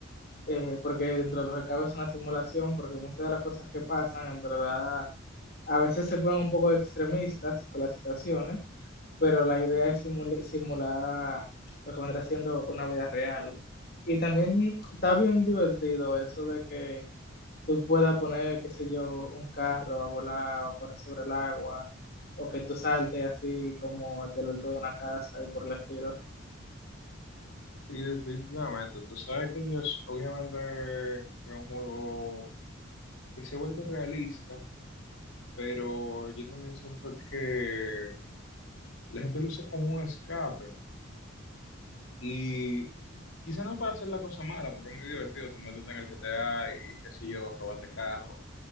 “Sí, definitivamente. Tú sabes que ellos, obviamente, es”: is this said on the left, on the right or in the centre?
Left